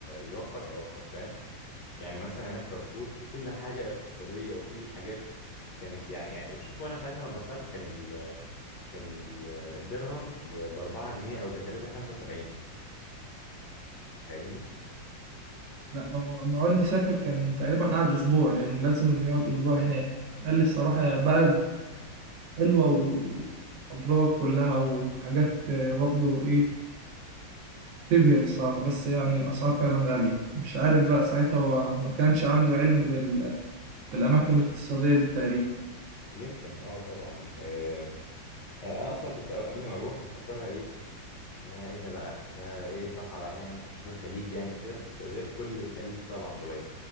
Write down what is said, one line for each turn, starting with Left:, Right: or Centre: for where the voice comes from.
Left: يوفر هيوفر فاهم يعني مثلا هناك كارفور في كل حاجة اقتصادية وفي حاجات كانت يعني يعني شوف وانا ساعتها لما طلعت كان ال كان ال- الدرهم ب 4 جنيه او ب 3.75 انت فاهمني؟
Right: لا ما هو لما والدي سافر كان تقريبا قعد اسبوع لان لازم يقعد اسبوع هناك قال لي الصراحه يا بلد حلوه و- وابراج كلها وحاجات آه، برضو ايه تبهر الصراحه بس يعني الاسعار فعلا غاليه مش عارف بقى ساعتها هو ما كانش عنده علم بال... بالاماكن الاقتصاديه دي تقريبا
Left: يمكن اه طبعا آه آه، انا اصلا كنت قبل ما اروح مفكرها ايه ده ايه ده بقى ده ايه صحراء يعني هنشوف الخليج يعني وكده بس غير كل الخليج طبعا دبي